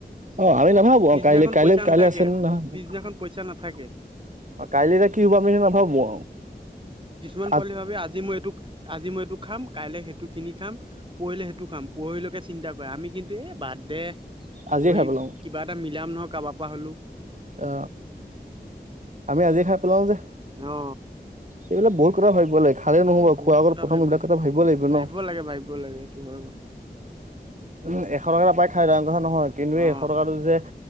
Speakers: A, on the right; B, on the right.
A: অ আমি নাভাবো
B: পিছদিনাখন
A: কাই কাইলৈ
B: পইচা
A: কাইলৈ
B: নাথাকে
A: আছে নে নাভাবো।
B: পিছদিনাখন পইচা নাথাকে
A: কাইলৈ এতিয়া কি হ'ব আমি সেইটো নাভাবো
B: ইমান
A: আৰু।
B: পোৱালি ভাবে আজি মই এইটো আজি মই এইটো খাম কাইলৈ মই সেইটো কিনিম খাম পহৰিলে সেইটো খাম পহৰিলৈকে চিন্তা কৰে আমি কিন্তু এই বাদ দে। পৰহি
A: আজিয়ে খাই পেলাও
B: কিবা এটা মিলাম নহয় কাবা পা পাহৰিলো
A: অ আমি আজি খাই পেলাও যে।
B: অ
A: এইবিলাক বহুত কথা ভাবিব লাগে খালে নহ'ব
B: এ বহুত
A: খোৱাৰ আগত
B: কথা
A: প্ৰথম
B: ভাবিব
A: এইবিলাক কথা লাগিব ন
B: লাগে ভাবিব ভাবিব লাগে সেইটো হয় বাৰু।
A: উম এশ টকা এটা পাই খাই দাম নহয় নহয় কিন্তুে
B: অ
A: এশ টকাটো যে